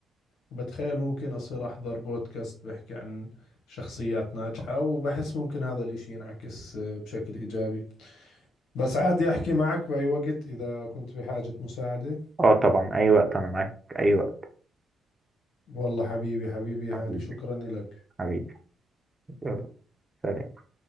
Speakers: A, on the left; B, on the right.
A: وبتخيل ممكن أصير أحضر بودكاست بحكي عن شخصيات ناجحة وبحس ممكن هذا الإشي ينعكس آه، بشكل إيجابي بس عادي أحكي معك بأي وقت إذا كنت بحاجة مساعدة
B: اه طبعا اي وقت انا معاك اي وقت
A: والله حبيبي حبيبي
B: حبيبي
A: هاني شكرا لك
B: حبيبي يلا سلام